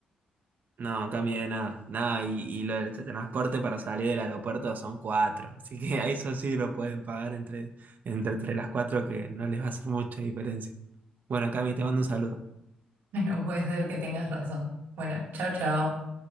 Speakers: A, on the right; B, on the right.
A: No, Cami, de nada, nada, y, y lo del transporte para salir del aeropuerto son cuatro, <laughs> así que a eso sí lo pueden pagar entre, entre, entre las cuatro que no les va a hacer mucha diferencia. Bueno, Cami, te mando un saludo.
B: Bueno, puede ser que tengas razón. Bueno, chao, chao.